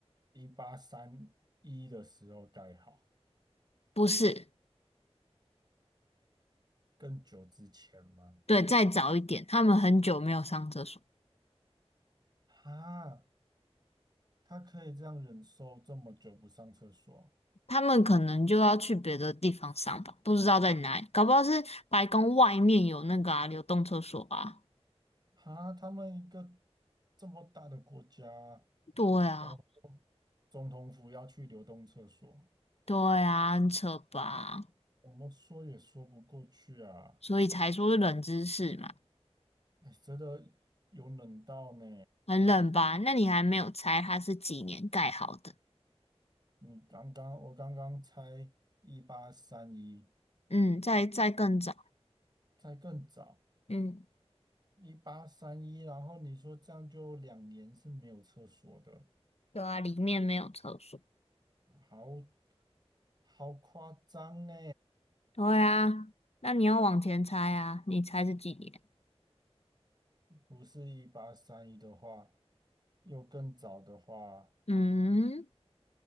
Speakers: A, on the right; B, on the left.
A: 一八三一的时候盖好，
B: 不是，
A: 更久之前吗？
B: 对，再早一点，他们很久没有上厕所，
A: 啊，他可以这样忍受这么久不上厕所
B: 他们可能就要去别的地方上吧，不知道在哪里，搞不好是白宫外面有那个啊流动厕所啊。
A: 啊？哈，他们一个这么大的国家，
B: 对啊，
A: 然后总统府要去流动厕所，
B: 对啊，很扯吧？
A: 我们说也说不过去啊。
B: 所以才说是冷知识嘛，
A: 哎，真的有冷到呢。
B: 很冷吧？那你还没有猜它是几年盖好的？
A: 你刚刚我刚刚猜一八三一，
B: 嗯，再再更早，
A: 再更早
B: 嗯，
A: 一八三一，一八三一然后你说这样就两年是没有厕所的，
B: 对啊，里面没有厕所。
A: 好好夸张呢。
B: 对啊，那你要往前猜啊，你猜是几年？
A: 不是一八三一的话，又更早的话，
B: 嗯，